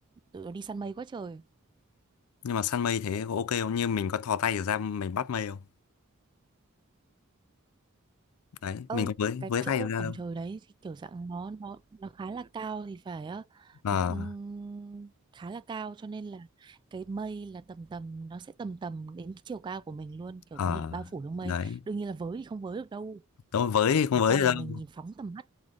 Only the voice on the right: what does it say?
tụi nó đi săn mây quá trời
Ờ,
cái
chỗ
cổng
trời đấy thì kiểu dạng nó nó nó khá là cao thì phải á
nó cũng khá là cao cho nên là cái mây là tầm tầm nó sẽ tầm tầm đến cái chiều cao của mình luôn kiểu
như là bao phủ trong mây
đương nhiên là với thì không với được đâu
chẳng
qua
là
mình nhìn phóng tầm mắt